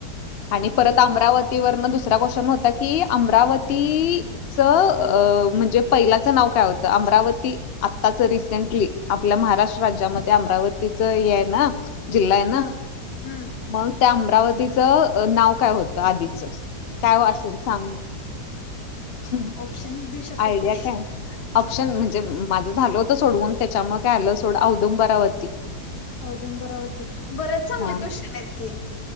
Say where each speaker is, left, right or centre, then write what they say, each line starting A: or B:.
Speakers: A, on the left; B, on the left.
A: हम्म
B: आणि परत अमरावतीवरन दुसरा क्वेशन होता की अमरावती च अ म्हणजे पहिल्याचं नाव काय होतं? अमरावती आत्ताच रिसेंटली आपल्या महाराष्ट्र राज्यामध्ये अमरावतीच हे आहे ना जिल्हा आहे ना
A: हा हम्म
B: मग त्या अमरावतीचं नाव काय होतं आधीचं काय वा असेल सांग? हम्
A: ऑप्शन देऊ शकत
B: आयडिया
A: नाही
B: काय ऑप्शन म्हणजे माझं झाल होत सोडवून त्याच्यामुळे काय आलं सोड औदंबरावती.
A: औदुंबरावती बरेच चांगले
B: हा
A: क्वेशन आहेत की?